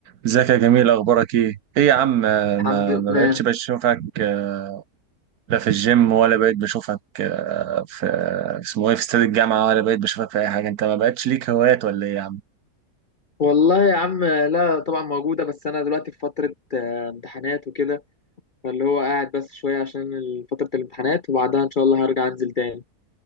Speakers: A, on the right; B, on the left.
A: ازيك يا جميل اخبارك ايه ايه يا عم ما
B: الحمد لله
A: ما بقتش بشوفك آه، لا في الجيم ولا بقيت بشوفك آه، في اسمه ايه في استاد الجامعه ولا بقيت بشوفك في اي حاجه انت ما بقتش ليك هوايات ولا ايه يا عم
B: والله يا عم لا طبعا موجودة بس أنا دلوقتي في فترة آه، امتحانات وكده فاللي هو قاعد بس شوية عشان ال- فترة الامتحانات وبعدها إن شاء الله هرجع أنزل تاني